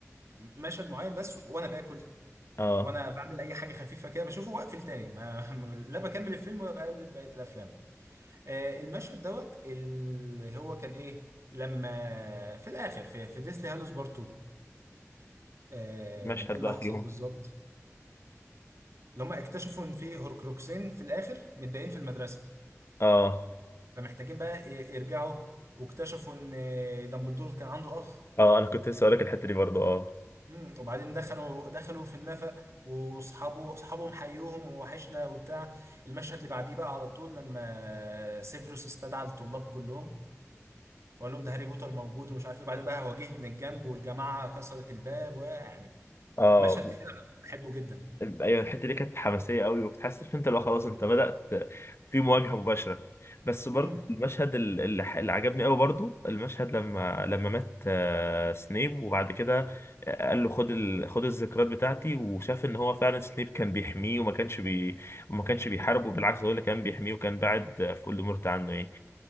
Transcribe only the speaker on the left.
اه
مشهد
بقى
فيهم
اه
اه انا كنت لسه هقول لك الحتة دي برضو اه
اه
ايوه الحته دي كانت حماسيه قوي وبتحس إن انت لو خلاص انت بدات في مواجهه مباشره بس برضه
المشهد ال- اللي ح- اللي عجبني قوي برضه المشهد لما لما مات آه، سنيب وبعد كده آه، قال له خد ال... خد الذكريات بتاعتي وشاف ان هو فعلا سنيب كان بيحميه وما كانش بي... وما كانش بيحاربه بالعكس هو اللي كان بيحميه وكان بعد آه، في voldemort عنه يعني